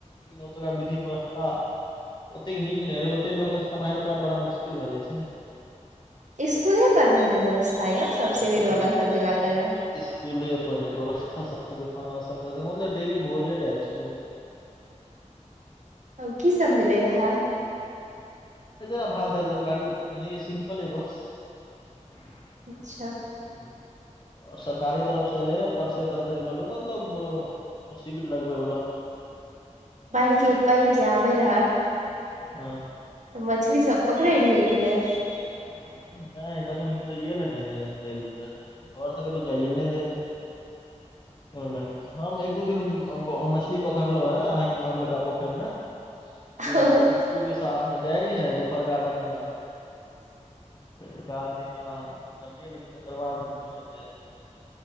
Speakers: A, on the left; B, on the right.
A: तत विधि व्यवस्था ओतेक नीक नहि रहै ओते लोकके सम्हारि पइब बड़ा मुश्किल भ जाइ छै ने
B: इसकुले पर रहै ने व्यवस्था यौ सब शिविर
A: अ
B: वालला सब्जी लागल रह
A: इस गुले पर रहै है व्यवथा खाना संगे संगे मतलब डेली भोजे टाइप आर <inaudible>
B: अब की सब मिले रहै
A: जेना भात दाइल तरकारी एनाही सिम्पल है बस ह <inaudible>
B: अच्छा
A: ह <inaudible> सरकारी तरफ से एले रहे परसे तरसे मतलब शिविल लगबे वला
B: बाढ़ि के पानि जे आबे रहै
A: ह
B: तऽ मछली सब पकड़े रहि है कि नहि
A: नहि क तऽ निकल यल नहि जा आओर सगर तू जाइ एने देर ल हम एक दू दिन मछली पखड़लो है अहं के घर लका पोखरि में उ
B: नहि
A: मिठू के साथ जाय री ह दुपहरका टाइम मे एक आध दिना पकड़लियै लेकिन तकर बाद कोनो एहन नहि रहै